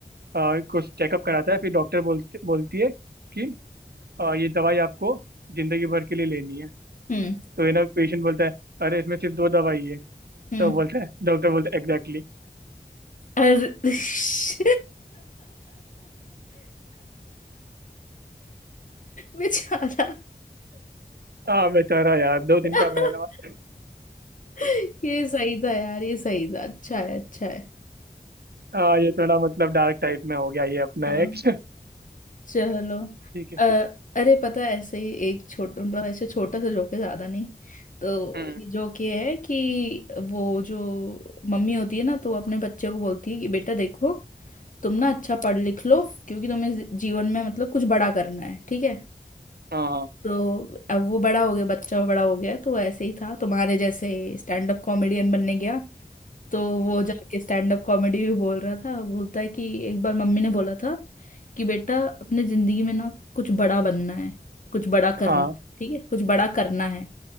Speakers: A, on the right (about 80°); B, on the left (about 55°).
A: अ, कुछ चेकअप कराता है फिर डॉक्टर बोलती बोलती है कि अ, ये दवाई आपको जिंदगी भर के लिए लेनी है
B: हम्म
A: तो ये ना पेशेंट बोलता है अरे इसमें सिर्फ दो दवाई है तो
B: हम्म
A: बोलता है डॉक्टर बोलता है एग्जैक्टली
B: अरे <laughs> बेचारा
A: हाँ बेचारा यार दो दिन
B: <laughs>
A: का मेहनत
B: <laughs> ये सही था यार ये सही था अच्छा है अच्छा है
A: हाँ ये थोड़ा मतलब डार्क टाइप में हो गया ये अपना
B: हाँ
A: एक <laughs>
B: चलो
A: ठीक है
B: अ, अरे पता है ऐसे ही एक छोटा मतलब ऐसे छोटा सा जोक है ज्यादा नहीं तो
A: हम्म
B: ये जोक ये है कि वो जो मम्मी होती है ना तो वो अपने बच्चे को बोलती है कि बेटा देखो तुम ना अच्छा पढ़ लिख लो क्योंकि तुम्हें जी- जीवन में मतलब कुछ बड़ा करना है ठीक है
A: हाँ
B: तो अब वो बड़ा हो गया बच्चा बड़ा हो गया तो वो ऐसे ही था तुम्हारे जैसे स्टैंड अप कॉमेडियन बनने गया तो वो जाके स्टैंड अप कॉमेडी भी बोल रहा था बोलता है कि एक बार मम्मी ने बोला था कि बेटा अपने जिंदगी में ना कुछ बड़ा बनना है कुछ बड़ा करना
A: हाँ
B: है ठीक है कुछ बड़ा करना है